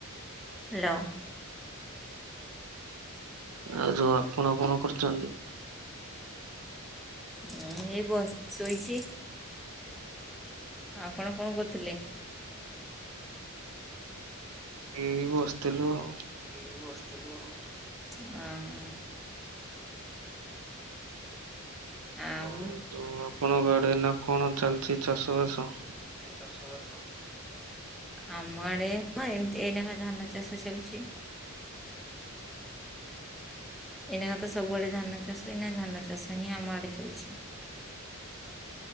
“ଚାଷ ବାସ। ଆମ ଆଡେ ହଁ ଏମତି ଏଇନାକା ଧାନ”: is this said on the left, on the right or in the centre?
Centre